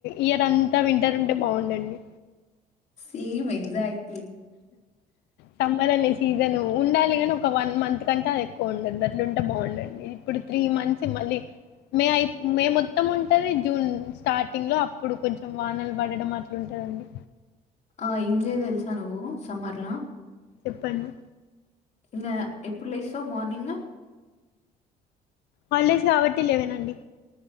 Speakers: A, on the left; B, on the left.
A: ఇయర్ అంతా వింటర్ ఉంటే బాగుందండి
B: టీం ఎగ్జాయిట్
A: సమ్బనన్ని సీజన్ ఉండాలి నీ ఒక వన్ మంత్ కంటే అది ఎక్కువ ఉండదు అట్లు ఉంటే బాగుండండి ఇప్పుడు త్రీ మంత్స్ అలి మే ఐ మే మొత్తం ఉంటది. జూన్ స్టార్టింగ్ లో అప్పుడు కొంచెం వానలు పడడం అట్లుంట. దండి
B: ఆ ఇంజయ్ తెలుసా నువ్వు సమ్మర్లా
A: చెప్పండి
B: ఇంగ ఎప్పుడు లెస్సవ్ మార్నింగ్
A: హాలిడేస్ కాబట్టి లెవెన్ అండి